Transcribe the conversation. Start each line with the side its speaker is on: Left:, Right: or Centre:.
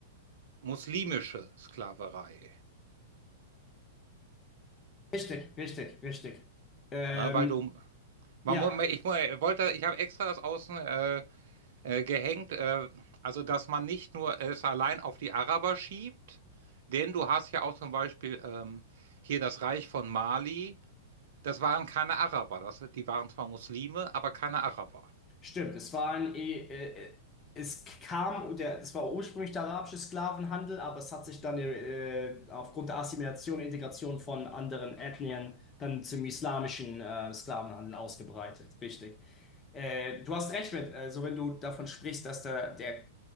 Right: muslimische Sklaverei.
Left: richtig, richtig, richtig. Ähm,
Right: Ne, weil du, man,
Left: ja,
Right: mu- ich mu- wollte, ich habe extra das außen äh, äh, gehängt, äh, also dass man nicht nur es allein auf die Araber schiebt, denn du hast ja auch zum Beispiel ähm, hier das Reich von Mali, das waren keine Araber, das, die waren zwar Muslime, aber keine Araber.
Left: Stimmt, es war ein, eh, äh, es kam, der, es war ursprünglich der arabische Sklavenhandel, aber es hat sich dann äh, aufgrund der Assimilation und Integration von anderen Ethnien dann zum islamischen äh, Sklavenhandel ausgebreitet. Richtig. Äh, du hast recht mit, also wenn du davon sprichst, dass der, der